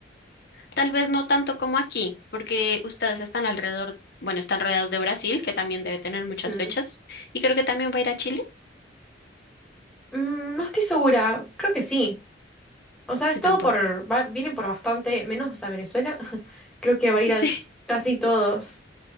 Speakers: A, on the left; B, in the centre.
A: Tal vez no tanto como aquí, porque ustedes están alrededor, bueno, están rodeados de Brasil, que también debe tener muchas
B: Mm.
A: fechas, y creo que también va a ir a Chile.
B: Mm, no estoy segura, creo que sí. O sea, es
A: Yo
B: todo
A: tampoco.
B: por, va- vienen por bastante, menos a Venezuela. <laughs> Creo que va a ir a
A: <laughs> Sí.
B: casi todos.